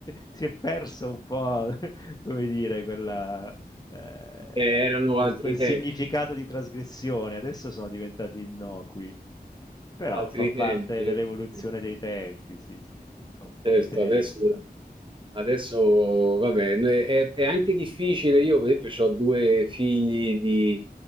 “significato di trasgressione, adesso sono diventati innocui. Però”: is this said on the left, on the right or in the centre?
Left